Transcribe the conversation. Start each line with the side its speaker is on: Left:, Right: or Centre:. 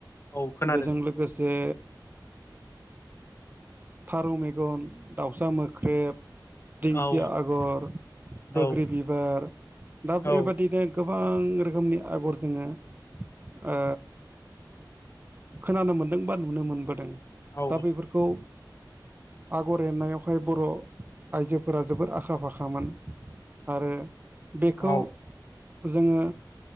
Left: औ खोनादों
Right: बेजों लोगोसे फारौ मेगन, दाउसा मोख्रेब दिंखिया
Left: औ
Right: आगर,
Left: औ
Right: बोग्रि बिबार
Left: औ
Right: दा बेबादिनो गोबां रोखोमनि आगर जोङो ओ खोनानो मोनदों बा नुनो मोनबोदों
Left: औ
Right: दा बेफोर खौ आगर एरनायावहाय बर' आइजोफोरा जोबोर आखा फाखामोन आरो बेखौ
Left: औ
Right: जोङो